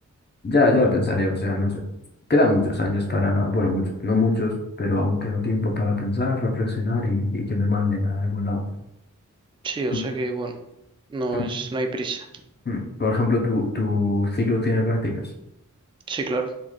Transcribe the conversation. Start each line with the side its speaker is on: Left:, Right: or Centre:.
Left: ya, ya lo pensaré, o sea, no sé. Quedan muchos años para, bueno, muchos, no muchos, pero aún queda tiempo para pensar, reflexionar y, y que me manden a algún lado.
Right: Sí, o
Left: Tú-
Right: sea que, bueno, no
Left: tú,
Right: es, no hay prisa.
Left: mm, Por ejemplo, tu, tu ciclo tiene prácticas.
Right: Sí, claro.